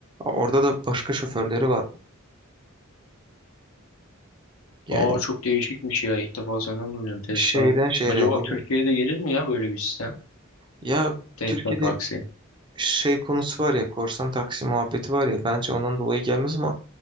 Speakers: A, on the right; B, on the left.
A: orada da başka şoförleri var. Yani
B: Aa çok değişikmiş ya. İlk defa senden duydum Tesla.
A: şehirden şehre
B: Acaba
A: ne bileyim.
B: Türkiye'de gelir mi ya böyle bir sistem?
A: Ya
B: Tesla
A: Türkiye'de
B: taksi.
A: şey konusu var ya korsan taksi muhabbeti var ya bence ondan dolayı gelmez ama